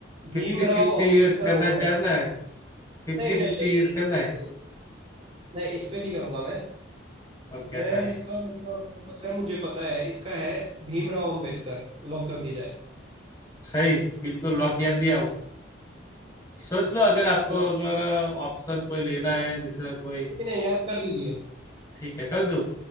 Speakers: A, on the left; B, on the right.
A: Fifty
B: भीमराव
A: fifty
B: अंबेडकर
A: use करना
B: होना
A: चाहना है फिफ्टी
B: चाहिए। नहीं
A: फिफ्टी
B: नहीं नहीं
A: यूज
B: नहीं
A: करना
B: इस
A: है
B: पे नहीं नहीं इस पे नहीं करूंगा मैं
A: और कैसा
B: मैं
A: है
B: इसका मेरे को मेरे को लग रहा है मुझे पता है इसका है भीमराव अंबेडकर लॉक कर दिया जाए
A: सही बिल्कुल लॉक कर दिया हूँ सोच लो अगर आपको
B: कर दीजिए।
A: अगर ऑप्शन कोई लेना है दूसरा कोई
B: नहीं नहीं आप कर दीजिए
A: ठीक है कर दो